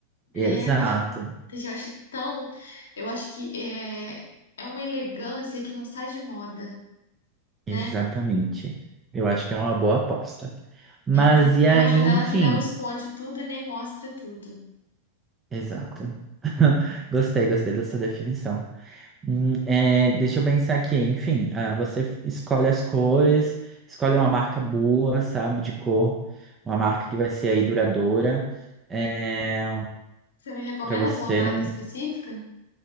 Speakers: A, on the right; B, on the left.
A: Exato,
B: É, mas eu já acho tão. Eu acho que é, é uma elegância que não sai de moda, né?
A: exatamente. Eu acho que é uma boa aposta. Mas
B: Porque
A: e aí,
B: é uma janela
A: enfim,
B: que não esconde tudo e nem mostra tudo.
A: exato. <laughs> Gostei, gostei dessa definição. Hum, é, deixa eu pensar aqui. Enfim, ah, você f- escolhe as cores, escolhe uma marca boa, sabe, de cor, uma marca que vai ser aí duradoura, é,
B: Você me recomenda
A: para você
B: alguma marca
A: não.
B: específica?